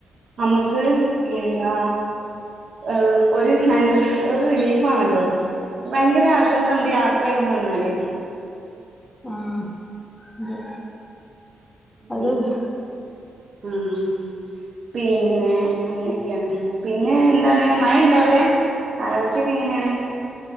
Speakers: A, on the right; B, on the left.
A: നമ്മക്ക് എന്താ ഏഹ് ഒരു എന്ത ഒരു റിലീഫ് ആണല്ലോ. ഭയങ്കര ആശ്വാസാ നമ്മക്ക് യാത്ര കയ്ഞ്ഞ് വന്നാല്.
B: ആഹ് അതെ.
A: ഉം
B: അതതെ
A: ആഹ് പി പിന്നെ അങ്ങനൊക്കേണ്. പിന്നെ എന്താണ്, മഴ ണ്ടൊ അവ്ടെ? കാലാവസ്ഥൊക്കെ എങ്ങനേണ്?